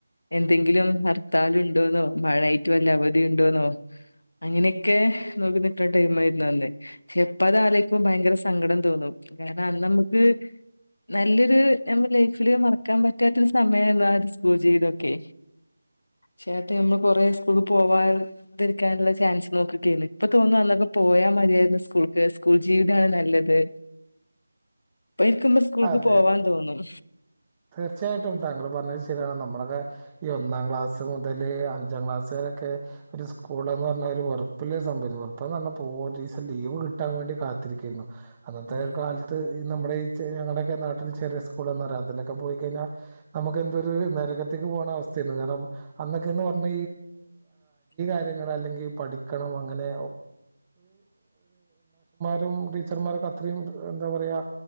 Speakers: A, on the left (about 60°); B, on the right (about 15°).
A: എന്തെങ്കിലും ഭർത്താല ഉണ്ടോന്നോ മഴായിറ്റ വല്ല അവധി ഉണ്ടോന്നോ അങ്ങനെയൊക്കെ നോക്കി നട്ട ടൈം ആയിരുന്ന അല്ലേ അപ്പ അത ആാലേക്കും ഭയങ്കര സങ്കടം തോന്നും കാരണം അ നമുക്ക് നല്ലൊരു നമ്മ ലൈഫില് മറക്കാൻ പറ്റാത്തൊരു സമയന്ത സ്കൂൾ ചെയീവിതൊക്കെ ചേട്ടി നമ്മള് കൊറെ സ്കൂൾക്ക് പോവാാതിരിക്കാനുള്ള ചാൻസ് നോക്കക്കല്ല ഇപ്പൊ തോന്നുന്നു അന്നൊക്കെ പോയാ മതിയായിരുന്നു സ്കൂൾക്ക് സ്കൂൾ ജീവിതാണ് നല്ലത് ഇരിക്കുമ്പോ സ്കൂൾക്ക്
B: അതെ
A: പോവാൻ
B: അതെ
A: തോന്നും
B: തീർച്ചയായിട്ടും താങ്കൾ പറഞ്ഞത് ശരിയാണ് നമ്മളൊക്കെ ഈ ഒന്നാം ക്ലാസ് മുതൽ അഞ്ചാം ക്ലാസ്സ് ൊക്കെ ഒരു സ്കൂൾ എന്ന് പറഞ്ഞ ഒരു വെറപ്പില സംഭവിച്ച വെറപ്പ്ന്ന് പറഞ്ഞാൽ പോലീസ് ലീവ് കിട്ടാൻ വേണ്ടി കാത്തിരിക്കുന്നു അന്നത്തെ
A: ഉം
B: കാലത്ത് ഈ നമ്മുടെ ഈ ഞങ്ങളുടെൊക്കെ നാട്ടിൽ ചെറിയ സ്കൂളന്ന പറയാ അതിലൊക്കെ പോയി കഴിഞ്ഞാൽ നമുക്ക് എന്ത ഒരു നരകത്തേക്ക് പോകുന്ന അവസ്ഥയന്ന് കാരണം അന്നൊക്കെന്ന് പറഞ്ഞ അാര്യങ്ങ അല്ലെങ്കിൽ പഠണം അങ്ങനെ രും ടീച്ചർമാർക്ക അത്രയും എന്താ പറയാ